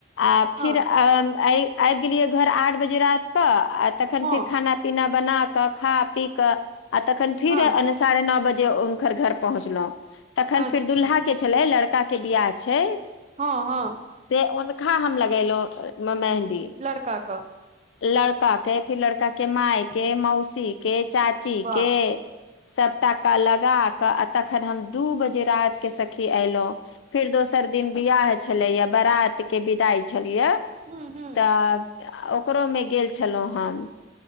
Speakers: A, on the left (about 75°); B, on the right (about 35°).
A: आ फिर
B: हँ
A: आबि गेलियै घर आठ बजे रात - आ तखन
B: हँ
A: फिर खाना पीना बना क खा पी क आ तखन फिर
B: हँ
A: साढे न बजे उनकर घर पहुचलौ तखन
B: अच्छा
A: फेर दुल्हा के छलै लर ता के बिआह छै
B: हँ हँ
A: से हुनखा हम लगेलौं मेहन्दी
B: लड़का कऽ
A: लड़का के कि लड़का के माय
B: ह
A: के मौसी के चाची
B: वाह
A: के सबटाका लगा कऽ आ तखन हम दू बजे रातिके सखि अयलौं फेर दोसर दिन बियह छलैया बरात के विदाइ छलैया
B: हूँ हूँ
A: हँ ओकरो मे गेल छलउ हम